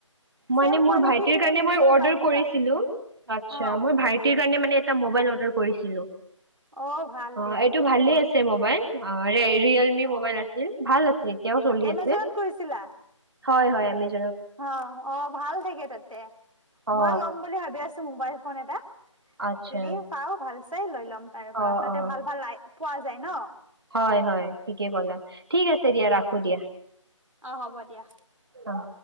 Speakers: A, on the right; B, on the right.
A: মানে
B: ছেম
A: মোৰ
B: কোৱালিটি
A: ভাইটিৰ
B: তুমি
A: কাৰণে
B: মিছত
A: মই অৰ্ডাৰ
B: পাই যাবা
A: কৰিছিলো, আচ্ছা
B: অ'
A: মোৰ ভাইটিৰ কাৰণে মানে এটা মোবাইল অৰ্ডাৰ কৰিছিলো।
B: অ' ভাল দিয়া
A: অ'এইটো
B: অ'
A: ভালে আছে মোবাইল যে ৰিয়েলমি মোবাইল আছিল, ভাল আছে, এতিয়াও চলি
B: এমাজনত
A: আছে।
B: কৰিছিলা
A: হয়-হয় এমাজন
B: অ', -অ' ভাল থাকে। তাতে।
A: অ
B: মই ল'ম বুলি ভাবি আছো। মোবাইল ফোন এটা।
A: আচ্ছা
B: যদি পাওঁ ভাল চাই এই লৈ লওক। তাইৰ পৰা
A: অ
B: তাতে
A: অ
B: ভাল-ভাল আই পোৱা যায় ন?
A: হয়- হয় ঠিকেই ক'লা। ঠিক আছে দিয়া ৰাখো দিয়া।
B: অ হ'ব দিয়া।
A: অহ।